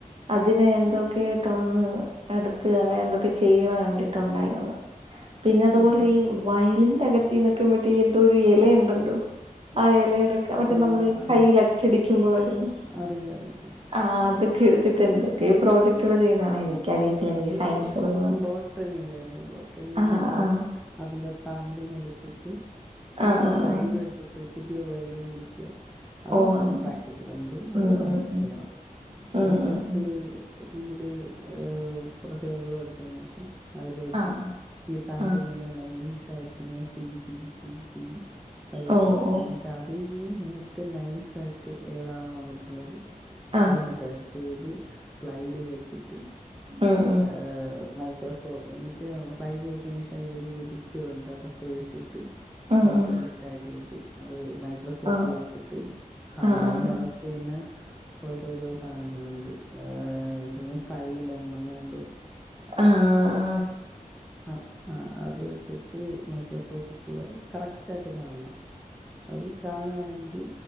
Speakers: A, on the right; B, in the centre.
A: അതിനെ എന്തൊക്കെ തുറന്ന് എടുത്ത് അങ്ങനെ എന്തൊക്കെ ചെയ്യണം കണ്ടിട്ടുണ്ടായിരുന്നു. പിന്നെ അതുപോലെ
B: ഉം ഉം
A: ഈ വയലിന്റെ അകത്തിന്നൊക്കെ ഇവര് എന്തോ ഒരു ഇലയ ഉണ്ടല്ലോ? അയല എടക്ക മറ്റേ
B: ആഹ്
A: നമ്മള് കയ്യിൽ അച്ചടിക്കുമ്പോ വരുന്ന
B: അറിയാം അറിയാം
A: ആ അതൊക്കെ എടുത്തിട്ട് എന്തൊക്കയോ പ്രോജക്ടുകൾ ചെയ്യുന്നത് കാണാം. എനിക്ക്
B: അത്
A: സയൻസ് പരമായിട്ട്
B: അത് ബോട്ടണിയിലെയാണ് ബോട്ടണിൽ
A: ആ
B: നമ്മള്
A: ആ
B: അതിന്റെ തണ്ടിനെ എടുത്ത് ത്തിട്ട് ഇതിനെ
A: ആ ആ
B: ബ്ലൈഡ്
A: ആ
B: വെച്ചിട്ട് പുതിയ ബ്ലൈഡ് മേടിക്കുക- അത്
A: ഓ
B: നമുക്ക്
A: അങ്ങനെ
B: പ്രാക്ടിക്കൽ ഉണ്ട്. അത്
A: ഉം
B: നമുക്ക്
A: ഉം
B: ചെയ്യണം.
A: ഉം ഉം
B: ഒരു കുറച്ചൊരു
A: ഉം ഉം
B: ഇതില് ഏ കുറച്ച് വെള്ളം എടുത്തതിന് ശേഷം അതിലോട്ട്
A: ആ
B: ഈ തണ്ടിനെ
A: ആ
B: ഇങ്ങനെ നൈസായിട്ട് ഇങ്ങനെ ചികി ചികിചികി ചികി അതിലോട്ടിണം
A: ഓ ഓ
B: എന്നിട്ട് അതിന്ന് ഏറ്റവും നൈസ് ആയിട്ട് ഏതാണ് വന്നിട്ടുള്ളത്
A: ആഹ്
B: അത്ന്നെ സെലക്ട് ചെയ്ത് സ്ലൈഡിൽ വെച്ചിട്ട്
A: ആ
B: ആ മൈക്രോ എന്നിട്ട് ഫ്ലൈറ്റ് വെച്ചതിന് ശേഷം അതിലൊരു ലിക്കുഡ് ഉണ്ട് അതൊക്കെ ഒഴിച്ചിട്ട്
A: ഉം
B: കുറച്ച്
A: ഉം
B: സെറ്റ് ആക്കിട്ട് അത് മൈക്രോസ്കോപ്പിൽ
A: ആഹ്
B: വെച്ചിട്ട് കാണണം
A: ആഹ് ആഹ്
B: അതിനകത്ത്
A: ആഹ്
B: തന്നെ ഓരോരോ സാധനങ്ങളുണ്ട്. എന്തോന്ന് സൈലം അങ്ങനെ
A: ആ
B: ആ ആ അത് വെച്ച ട്ട് മൈക്രോസ്കോപ്പിൽ കൂടെ കറക്റ്റ് ആയിട്ട് കാണണം. അത് കാണുകയാണെങ്കില്